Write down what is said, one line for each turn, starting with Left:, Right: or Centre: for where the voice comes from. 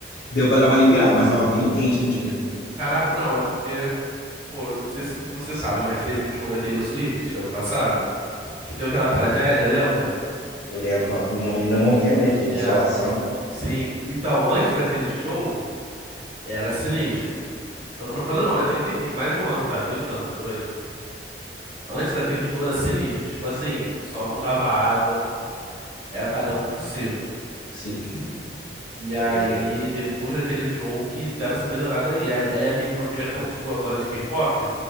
Left: deu para dar uma aliviada, mas tava bem quente no dia, viu?
Right: Caraca, não, é porque, pô, não sei se você sabe, mas teve o show da Taylor Swift ano passado, que deu aquela tragédia,
Left: Eu lembro.
Right: lembra?
Left: Eu lembro que uma, uma menina morreu, né, de
Right: É,
Left: insolação.
Right: sim. Então, antes daquele show, era sinistro. Ano passado não, né? Tem um tempinho, mais de um ano já, dois anos por aí. Antes daquele show era sinistro. Tipo assim, o pessoal não dava água, era cada um por si.
Left: Sim,
Right: E aí,
Left: pois é.
Right: depois daquele show que deram essa melhorada aí. Aí aí a minha irmã teve até um show agora de K-pop,